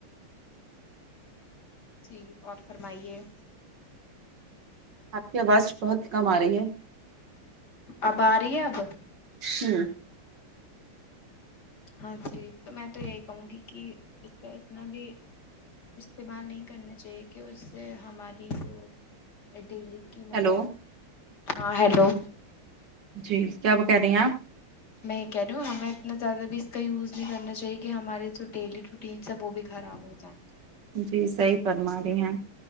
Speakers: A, on the left; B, on the right.
A: جی اور فرمائیے
B: آپ کی آواز بہت کم آ رہی ہے
A: اب آ رہی ہے اب
B: ہمم
A: ہاں جی تو میں تو یہی کہوں گی کہ اس کا اتنا بھی استعمال نہیں کرنا چاہیے کہ اس سے ہماری جو ڈیلی مطلب
B: ہیلو
A: ہاں ہیلو
B: جی کیا وہ کھ رہی ہیں آپ
A: میں یہ کھ رہی ہوں ہمیں اتنا زیادہ بھی اس کا یوز نہیں کرنا چاہیے کہ ہمارے جو ڈیلی رو ٹینس ہے وہ بھی خراب ہو جائیں
B: جی صحی فرما رہی ہیں